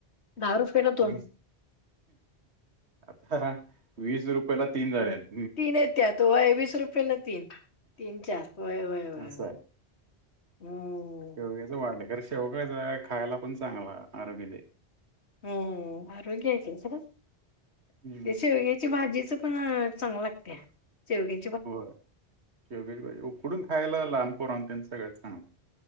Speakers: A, on the left (about 80°); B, on the right (about 85°).
A: दहा रुपयाला दोन
B: वीस आता वीस रुपयाला तीन झालेत.
A: तीन येत्यात व्हय वीस रुपयेला तीन तीन चार व्हय व्हय व्हय
B: असं
A: व्हय. मो
B: रोग्याचा वाढ आहे खरं शेवगाचा खायला पण चांगला आरोग्य दे.
A: हम्म आरोग्य हे की <unintelligible>
B: हम्म
A: हे शेवग्याच चे भाजीचा पण अ चांगलं लागतीया शेवग्या
B: हो शेवग्याची भाजी उकडून खायला लहान पोरांना तेन सगळ्यात चांगलं.